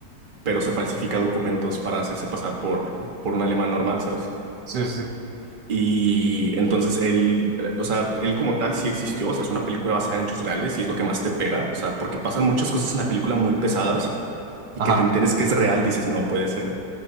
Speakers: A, on the right; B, on the right.
A: pero se falsifica documentos para hacerse pasar por, por un alemán normal, ¿sabes?
B: sí, sí,
A: Y entonces él, o sea, él como tal sí existió, o sea, es una película basada en hechos reales y es lo que más te pega, o sea, porque pasan muchas cosas en la película muy pesadas y
B: ajá.
A: que te enteres que es real, dices, no puede ser.